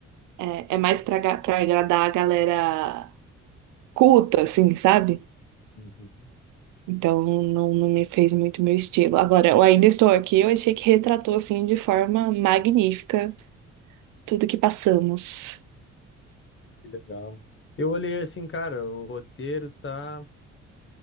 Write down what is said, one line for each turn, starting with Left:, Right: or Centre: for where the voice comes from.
Right: É, é mais pra, ga- pra agradar a galera culta, assim, sabe?
Left: Uhum.
Right: Então não, não me fez muito meu estilo. Agora, eu ainda estou aqui, eu achei que retratou, assim, de forma magnífica tudo que passamos.
Left: Que legal. Eu olhei assim, cara, o roteiro tá.